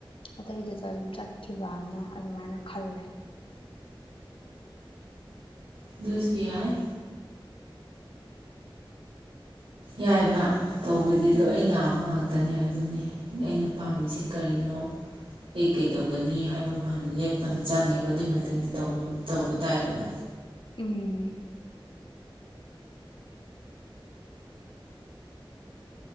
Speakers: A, on the left; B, on the right.
A: ꯑꯇꯩꯗꯨꯗ ꯑꯗꯨꯝ ꯆꯠꯈꯤꯕ ꯑꯃ ꯑꯗꯨꯃꯥꯏꯅ ꯈꯜꯂꯦ
B: ꯑꯗꯨꯁꯨ ꯌꯥꯏ ꯌꯥꯏꯕ ꯇꯧꯕꯩꯗꯤ
A: ꯎꯝ
B: ꯂꯣꯏ ꯌꯥꯕ ꯉꯥꯛꯇꯅꯤ ꯑꯗꯨ ꯑꯗꯨꯅꯤ ꯑꯩꯅ ꯄꯥꯝꯃꯤꯁꯤ ꯀꯔꯤꯅꯣ ꯑꯩ ꯀꯩꯗꯧꯒꯅꯤ ꯍꯥꯏꯕ ꯍꯟ ꯂꯦꯞꯄ ꯑꯃ ꯆꯪꯉꯦꯕ ꯑꯗꯨꯒꯤ ꯃꯇꯨꯡꯏꯅ ꯇꯧꯕꯥ ꯑꯃ ꯇꯧꯕ ꯇꯥꯏꯗꯅ
A: ꯎꯝ